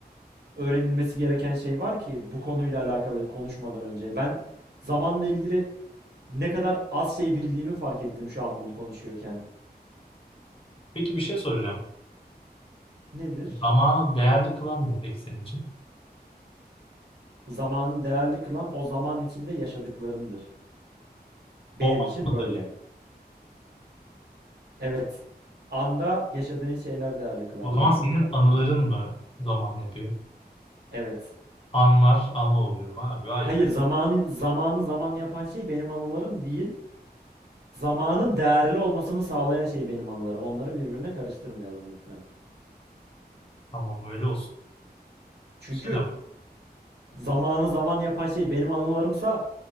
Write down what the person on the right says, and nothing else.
öğrenilmesi gereken şey var ki bu konuyla alakalı konuşmadan önce. Ben zamanla ilgili ne kadar az şey bildiğimi fark ettim şu an bunu konuşuyorken.
Nedir?
Zamanı değerli kılan o zaman içinde yaşadıklarındır. Benim
için
böyle. Evet. Anda yaşadığın şeyler değerli kılar
bence
zamanı.
Evet.
Hayır,
zamanı zamanı zaman yapan şey benim anılarım değil. Zamanın değerli olmasını sağlayan şey benim anılarım. Onları birbirine karıştırmayalım lütfen.
Çünkü
zamanı zaman yapan şey benim anılarımsa